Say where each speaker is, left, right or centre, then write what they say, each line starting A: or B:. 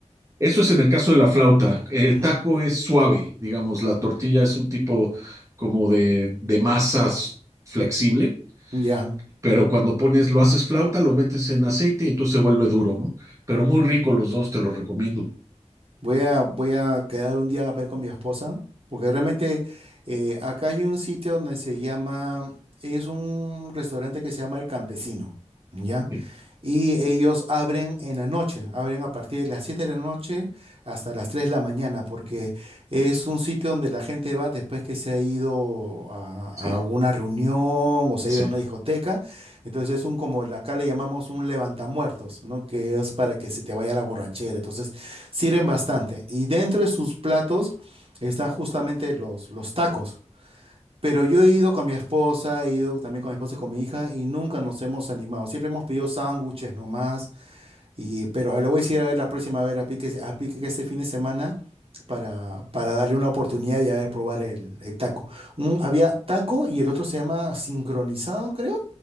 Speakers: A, on the right (about 25°); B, on the right (about 55°).
A: eso es en el caso de la flauta. El
B: Ujú,
A: taco es suave, digamos, la tortilla es un tipo como de, de masas flexible,
B: Ya,
A: pero cuando pones, lo haces flauta, lo metes en aceite y entonces se vuelve duro, ¿no? Pero muy rico los dos, te los recomiendo.
B: voy a, voy a quedar un día a ver con mi esposa, porque realmente eh, acá hay un sitio donde se llama, es un restaurante que se llama El Campesino, ¿ya?
A: Sí,
B: y ellos abren en la noche, abren a partir de las 7 de la noche hasta las 3 de la mañana, porque es un sitio donde la gente va después que se ha ido a,
A: sí,
B: a una reunión o se ha
A: sí.
B: ido a una discoteca, entonces es un como la- acá le llamamos un levantamuertos, ¿no? Que es para que se te vaya la borrachera, entonces sirven bastante y dentro de sus platos están justamente los, los tacos. Pero yo he ido con mi esposa, he ido también con mi esposa y con mi hija y nunca nos hemos animado. Siempre hemos pedido sándwiches nomás, y, pero le voy a decir a ver la próxima, a ver a Pique, a Pique que este fin de semana para, para darle una oportunidad y a ver probar el, el taco. Un- había taco y el otro se llama sincronizado, creo.